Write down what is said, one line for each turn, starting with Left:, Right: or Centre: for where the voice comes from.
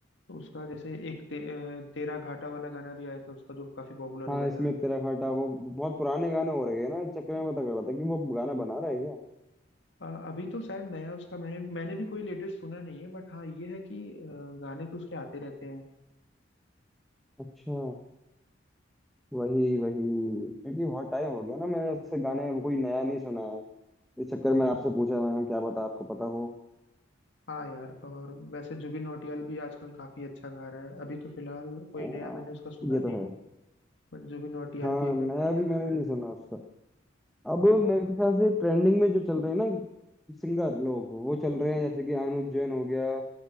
Left: तो उसका जैसे एक ते, अ, तेरा घाटा वाला गाना भी आया था उसका जो काफी पॉपुलर
Centre: हाँ
Left: हुआ
Centre: इसमें
Left: था
Centre: तेरा घाटा वो बहुत पुराने गाने हो रहे हैं ना इस चक्कर में पता कर रहा था कि वो गाना बना रहा है क्या
Left: अ, अभी तो शायद नया उसका मैंने मैंने भी कोई लेटेस्ट सुना नहीं है बट हाँ ये है कि अ, गाने तो उसके आते रहते हैं
Centre: अच्छा वही वही क्योंकि बहुत टाइम हो गया ना मैंने ऐसे गाने कोई नया नहीं सुना है इस चक्कर में आपसे पूछा मैंने क्या पता आपको पता हो
Left: हाँ यार और वैसे जुबिन नौटियाल भी आजकल काफी अच्छा गा रहा है अभी तो फिलहाल कोई
Centre: आ,
Left: नया मैंने उसका सुना
Centre: ये
Left: नहीं
Centre: तो है
Left: बट जुबिन नौटियाल
Centre: हाँ
Left: भी एकदम
Centre: नया
Left: बढ़िया
Centre: भी मैंने
Left: गा रहा
Centre: नहीं
Left: है
Centre: सुना उसका अब
Left: हाँ
Centre: मेरे ख्याल से ट्रेंडिंग में जो चल रहे हैं ना सिंगर लोग वो चल रहे हैं जैसे कि अनुप जैन हो गया